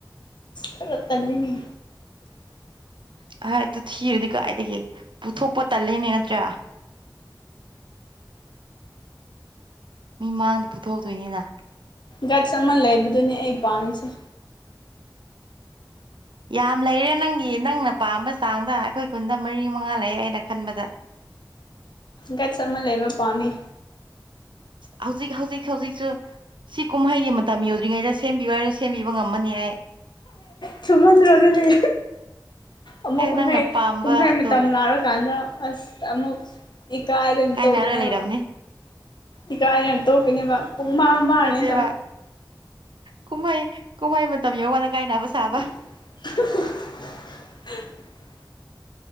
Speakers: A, on the left (about 70°); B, on the right (about 85°).
A: ꯈꯔꯥ ꯇꯂꯤꯅꯤ
B: ꯑ ꯑꯗꯨ ꯊꯤꯔꯗꯤ ꯀꯥꯏꯗꯒꯤ ꯄꯨꯊꯣꯛꯄ ꯇꯜꯂꯦꯅꯦ ꯅꯠꯇ꯭ꯔꯥ ꯃꯤ ꯃꯥꯡꯗ ꯄꯨꯊꯣꯛꯇꯣꯏꯅꯤꯅ
A: ꯒ꯭ꯠꯁ ꯑꯃ ꯂꯩꯕꯗꯨꯅꯤ ꯑꯩ ꯄꯥꯝꯃꯤꯁꯦ
B: ꯌꯥꯝ ꯂꯩꯔꯦ ꯅꯪꯒꯤ ꯅꯪꯅ ꯄꯥꯝꯕ ꯆꯥꯡꯗ ꯑꯩꯈꯣꯏ ꯈꯨꯟꯗ ꯃꯔꯤ ꯃꯉꯥ ꯂꯩꯌꯦ ꯑꯩꯅ ꯈꯟꯕꯗ
A: ꯒꯠ꯭ꯁ ꯑꯃꯥ ꯂꯩꯕ ꯄꯥꯃꯤ
B: ꯑ ꯍꯧꯖꯤꯛ ꯍꯧꯖꯤꯛ ꯍꯧꯖꯤꯛꯁꯨ ꯁꯤ ꯀꯨꯝꯍꯩꯗꯤ ꯃꯇꯝ ꯌꯧꯗ꯭ꯔꯤꯉꯩꯗ ꯁꯦꯝꯕꯤꯌꯨ ꯍꯥꯏꯔꯁꯨ ꯁꯦꯝꯕꯤꯕ ꯉꯝꯃꯅꯤ ꯑꯩ
A: ꯊꯨꯃꯟꯗꯔꫭ ꯑꯗꯨꯗꯤ ꯑꯃꯨꯛ
B: ꯑꯩ
A: ꯀꯨꯝꯍꯩ
B: ꯅꯪꯅ ꯄꯥꯝꯕꯗꯣ
A: ꯀꯨꯝꯍꯩ ꯃꯇꯝ ꯂꯥꯎꯔꯀꯥꯟꯗ ꯑꯁ ꯑꯃꯨꯛ ꯏꯀꯥꯥꯏꯗꯅ
B: ꯀꯥꯏꯅꯔꯒ
A: ꯇꫭꯛꯀꯅꯦꯕ
B: ꯂꯩꯔꯝꯅꯤ
A: ꯏꯀꯥꯏꯗꯅ ꯇꫭꯛꯀꯅꯦꯕ ꯄꯨꯡ ꯃꯥꯡ ꯃꯥꯡꯑꯅꯤ
B: ꯅꯠꯇꯦꯕ
A: ꯇꯧ
B: ꯀꯨꯝꯍꯩ ꯀꯨꯝꯍꯩ ꯃꯇꯝ ꯌꯧ ꯋꯥꯅ ꯀꯥꯏꯅꯕ ꯁꯥꯕ
A: <inaudible>